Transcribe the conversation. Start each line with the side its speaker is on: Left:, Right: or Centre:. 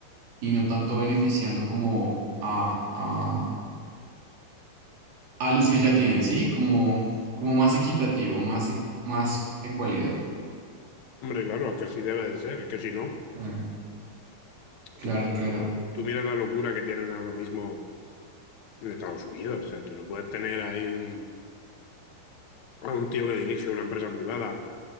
Right: y no tanto beneficiando como a, a, a los que ya tienen, ¿sí? Como, como más equitativo, más, e- más ecualidad.
Left: Hombre, claro, es que así debe de ser. Es que si no,
Right: Ah, claro,
Left: tú,
Right: claro,
Left: tú miras la locura que tienen ahora mismo en Estados Unidos. O sea, tú no puedes tener ahí un, a un tío que dirige una empresa privada